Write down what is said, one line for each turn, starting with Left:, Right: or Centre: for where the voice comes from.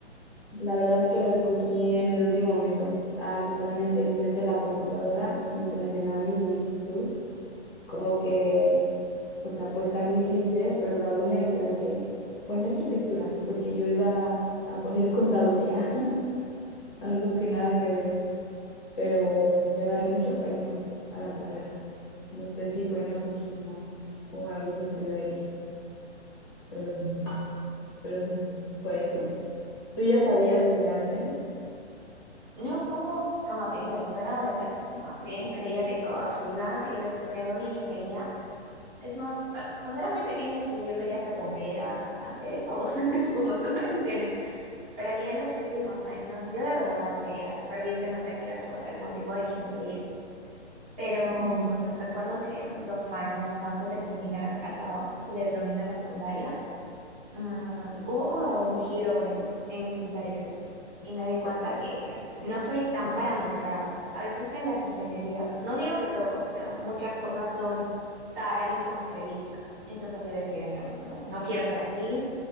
Left: la verdad es que lo escogí en el último momento, o sea, literalmente enfrente de la computadora mientras llenaba mi solicitud, como que, o sea, puede estar muy cliché, pero algo me decía de que poner arquitectura, porque yo iba a poner contaduría, <laughs> algo que nada que ver, pero le agarré mucho cariño a la carrera. No sé si fue masoquismo o algo sucedió ahí, pero... pero sí, fue eso. ¿Tú ya sabías desde antes?
Right: No, como, como te digo, yo era de las que más bien creía que toda su vida iba a estudiar una ingeniería. Es más, ah, cuando era muy pequeña sí, yo quería ser bombera, cantante, de todo, <laughs> como tú mencionas. Pero ya en los últimos años, yo de verdad creía fervientemente que iba a estudiar algún tipo de ingeniería. Pero
Left: Mm,
Right: mm, recuerdo que dos años antes de culminar, acá le denominan la secundaria, mm, hubo como un giro en, en mis intereses y me di cuenta que no soy tan parametrada. A veces en las ingenierías, no digo que todos, pero muchas cosas son tal y como se dictan. Entonces yo decía, no, no, no quiero ser así.